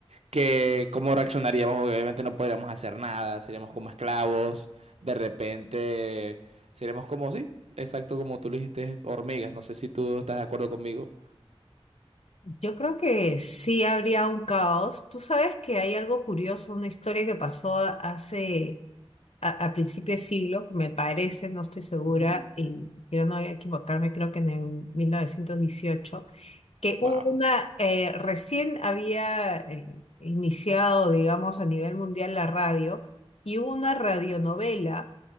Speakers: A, on the right (about 80°); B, on the left (about 75°).
A: que cómo reaccionaríamos, obviamente no podríamos hacer nada, seríamos como esclavos, de repente seríamos como, sí, exacto como tú lo dijiste, hormigas, no sé si tú estás de acuerdo conmigo.
B: Yo creo que sí habría un caos. Tú sabes que hay algo curioso, una historia que pasó hace, a, a principio de siglo, me parece, no estoy segura,
A: Ujú.
B: y quiero no equivocarme, creo que en el 1918, que hubo
A: Wow,
B: una, eh, recién había eh, iniciado, digamos, a nivel mundial la radio, y hubo una radionovela